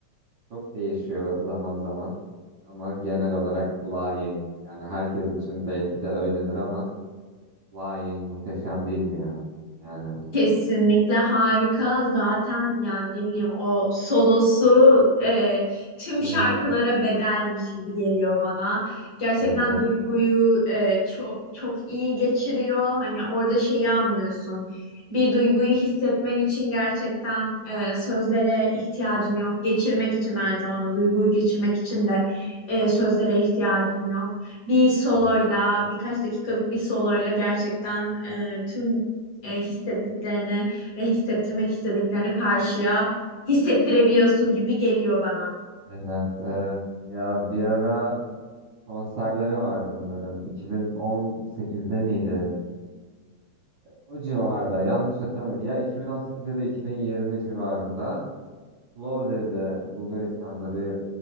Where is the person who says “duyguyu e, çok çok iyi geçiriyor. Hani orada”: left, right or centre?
Left